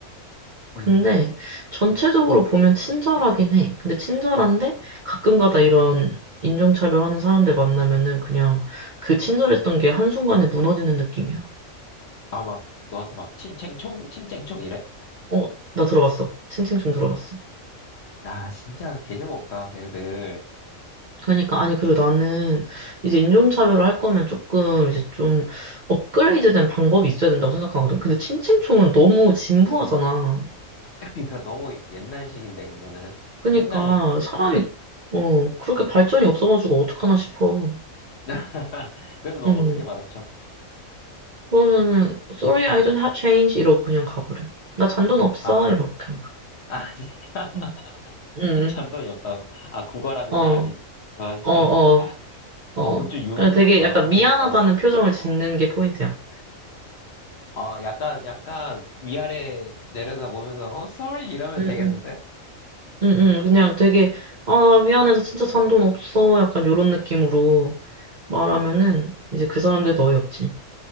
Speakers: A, on the right; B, on the left.
A: 근데
B: 음,
A: 전체적으로 보면 친절하긴 해. 근데 친절한데 가끔가다 이런 인종차별하는 사람들 만나면은 그냥 그 친절했던 게 한순간에 무너지는 느낌이야.
B: 아, 막, 너한테 막, 칭챙총, 칭챙총 이래?
A: 어, 나 들어봤어. 칭칭 좀 들어봤어.
B: 아, 진짜 개념 없다, 걔들.
A: 그러니까 아니 그리고 나는 이제 인종차별을 할 거면 조금 이제 좀 업그레이드된 방법이 있어야 된다고 생각하거든. 근데 칭칭총은 너무 진부하잖아.
B: 그러니까 너무 옛날식인데, 그거는.
A: 그러니까
B: 옛날,
A: 사람이 어 그렇게 발전이 없어가지고 어떡하나 싶어.
B: <laughs> 그래서 너
A: 응.
B: 어떻게 받아쳐?
A: 그러면은 sorry I don't have change 이러고 그냥 가버려. 나 잔돈 없어
B: 아,
A: 이러고 그냥 가.
B: 아, 진짜. <laughs>
A: 응. 응.
B: 잔돈이 없다고. 아, 국어라는
A: 어.
B: 사람이 너한처럼.
A: 어. 어. 어.
B: 어, 그건 좀 유머스럽다.
A: 그냥 되게 약간
B: 좀
A: 미안하다는
B: 재밌다.
A: 표정을 짓는 게 포인트야.
B: 아, 약간, 약간 위아래 내려다보면서, 어, sorry 이러면
A: 응응.
B: 되겠는데?
A: 응, 응, 그냥 되게, 아, 미안해서 진짜 산 돈 없어. 약간 요런 느낌으로 말하면은 이제 그 사람들도 어이없지.